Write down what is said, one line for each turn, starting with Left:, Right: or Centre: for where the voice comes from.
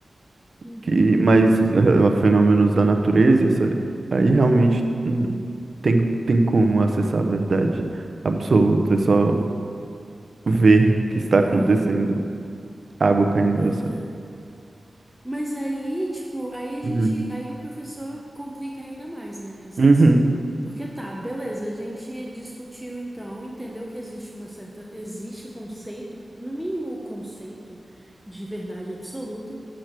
Centre: Uhum.
Right: Que, mas eh, fenômenos da natureza, essa, aí realmente hum, tem, tem como acessar a verdade absoluta, é só
Centre: Hum,
Right: ver que está
Centre: pois
Right: acontecendo,
Centre: é,
Right: água caindo
Centre: pois
Right: do céu.
Centre: é. Mas aí, tipo, aí a gente,
Right: Uhum,
Centre: aí o professor complica ainda mais, né, a situação.
Right: uhum,
Centre: Porque tá, beleza, a gente discutiu então, entendeu que existe uma certa, existe o conceito, no mínimo o conceito de verdade absoluta,